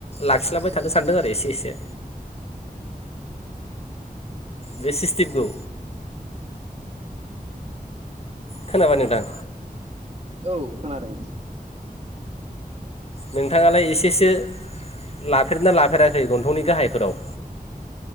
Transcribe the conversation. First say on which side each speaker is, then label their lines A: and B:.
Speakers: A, on the left; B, on the right.
A: लाखिलांबाय थानो सानदों आरो एसे एसे बे सिस्टेमखौ खोनाबाय नोंथां
B: उम औ खोनादों।
A: नोंथाङालाय एसेसो लाफेरदोंना लाफेराखै गन्थंनि गाहायफोराव।